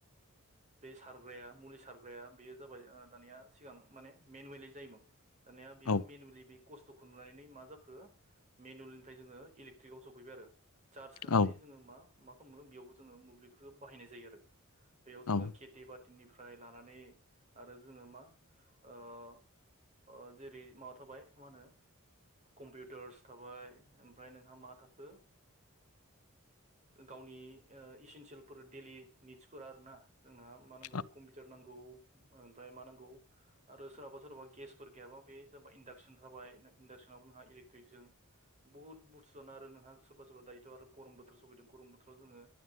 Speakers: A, on the right; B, on the left.
A: बे सारग्राया मुलि सारग्राया बेयो जाबाय दानिया सिगां माने मेनुयेलि जायोमोन होना बे
B: औ
A: मेनुवेलि बे खस्थ' <unintelligible> मा जाखो मनुयिलनिफ्राय जोङो इलिकट्रिकआव सफैबाय आरो चार्ज होनानै
B: औ
A: जोङो मा मा खालामो बेयावबो जोङो मोब्लिफोरखौ बाहायनाय जायो आरो बेयाव जोङो
B: औ
A: खेथि बाथि टिनिफ्राय लानानै आरो जोङो मा ओ जेरै माबा थाबाय मा होनो कम्पिउटार्स थाबाय ओमफ्राय नोंहा मा थाखो गावनि इसेन्सियेलफोर डेलि निड्सफोर आरो ना जोंना मा नांगौ
B: आ-
A: कम्पिउटार नांगौ। नौ ओमफ्राय मा नांगौ आरो सोरहाबा सोराबा गेसफोर गैयाबा बे जाबा इन्डाक्सन जाबाय। इन्डाक्सनावबो नोंहा इलेक्ट्रिकजों बुहुत बुस्थु जानो आरो नोंहा सोरबा सोरबा दायोथ' आरो गरम बोथोर सफैदों गरम बोथोराव जोङो